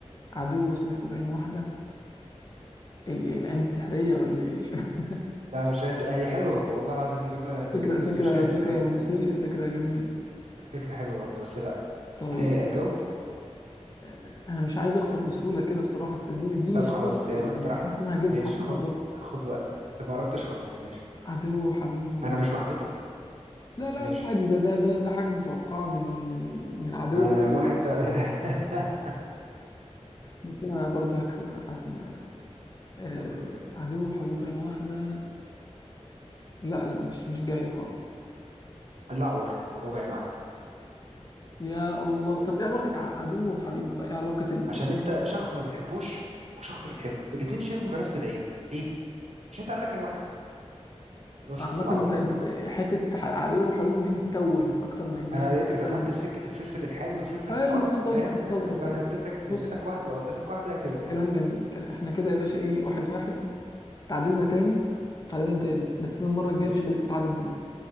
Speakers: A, on the left (about 35°); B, on the right (about 75°).
A: عدو وصديقه بعين واحدة ال- إيه، العين السحرية ولا ايه <laughs>
B: لا مش عايز هي حلوة والله العظيم إجابة نموذجية
A: فكرة فكرة
B: بس مش عايز
A: فكرة
B: سحرية
A: نموذجية
B: لا
A: فكرة جميلة
B: الفكرة حلوة برضه بس لا
A: طيب
B: ايه أجاوب
A: آه، أنا مش عايز أخسر بسهولة كده بصراحة أصل اديني اديني
B: طب خلاص
A: أفكر
B: يلا
A: يعني
B: براحتك
A: حاسس إن أنا هجيبها
B: ماشي
A: حاسس
B: خد
A: إن أنا قربت
B: خد وقتك انت ما قربتش خالص ماشي
A: عدو وحبيبه باين
B: انا مش بحبطك
A: لا
B: بس
A: لا
B: ماشي
A: لا عادي ده ده ده ده حاجة متوقعة من من من عدو
B: آه
A: وحبيبه
B: واحد ده <laughs>
A: بس أنا برضه هكسب أنا حاسس إن أنا هكسب آه،
B: طب جاوب يلا.
A: عدو وحبيبه عين واحدة لا لا مش مش جاية خالص
B: الأعور اللي هو بعين واحدة
A: يا الله طب إيه علاقة ع- عدو وحبيبه بقى إيه علاقة ال...
B: عشان انت شخص ما بتحبوش وشخص بتحبه الاتنين شايفهم بنفس العين ليه عشان انت عندك عين واحده اللي هو الشخص
A: عامة
B: الاعور
A: أنت
B: يعني
A: أنت حتة ح- عدو وحبيبه دي بتتوه أكتر ما إن
B: انا
A: هي
B: لقيتك
A: مش
B: دخلت
A: لازمة
B: في سكه الفلفل الحامي والفلفل
A: حلو
B: الحار
A: انت
B: فاهم
A: قلت تستظرف
B: فانا
A: يعني
B: اديتك
A: بص
B: اديتك واحده او اديتك واحده كده فاهم
A: كلام جميل كلام. احنا كده يا باشا ايه واحد واحد تعادلنا تاني تعادلنا تاني بس انا المره الجايه
B: ماشي
A: مش خليك تتعادل معايا